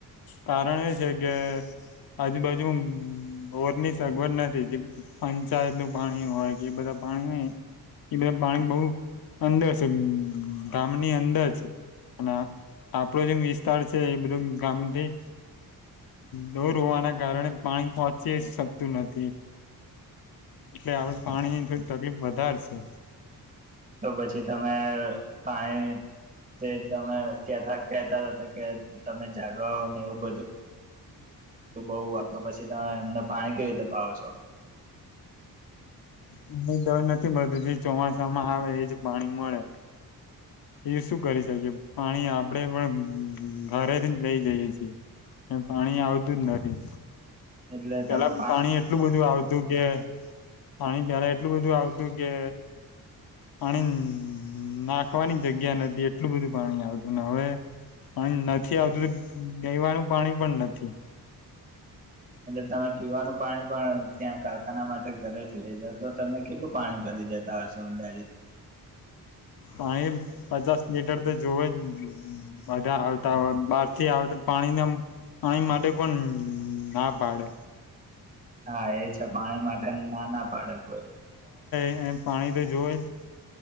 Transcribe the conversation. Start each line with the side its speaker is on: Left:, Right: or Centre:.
Left: કારણ એ છે કે આજુબાજુ બોરની સગવડ નથી, જે પંચાયત નું પાણી હોય કે એ બધા પાણી હોય એ બધા પાણી બહ અંદર છે, ગામની અંદર છે અને. આપડો જેમ વિસ્તાર છે, એ બધો ગામથી દૂર હોવાના કારણે પાણી પહોંચી શકતું નથી. એટલે આપડ પાણી થ. તકલીફ વધારે છે.
Right: તો પછી તમે પાણી તમે કેતા કેતા હતા કે તમે ઝાડવા ને એવું બધું બહુ તો પછી તમે એમને પાણી કેવી રીતે પાવો છો.
Left: અમને દળ નથી મળતું જે ચોમાસામાં આવે એજ પાણી મળે એ શું કરી શકીએ પાણી આપડે પણ ઘરેથી જ લઈ જઈએ છીએ અને પાણી આવતું જ નથી.
Right: એટલે
Left: પેલા
Right: તમે
Left: પાણી એટલું બધું આવતું કે પાણી પેલા એટલું બધું આવતું કે પાણી નાખવાની જગ્યા નથી એટલું બધું પાણી આવતું ને હવે પાણી નથી આવતું ગઈવાનું પાણી પણ નથી.
Right: તમે પીવાનું પાણી પણ ત્યાં કારખાના માટે ઘરે જ લઈ જાવ તો તમે કેટલું પાણી ભરી જતા હશો અંદાજે
Left: પાણી પચાસ લીટર તો જોવ જ બધા આવતા હોય બહારથી આવતા પાણીને પાણી માટે પણ ના પાડે
Right: હા એ છે પાણી માટે ના ના પાડે કોઈ
Left: એમ પાણી તો જોવે જ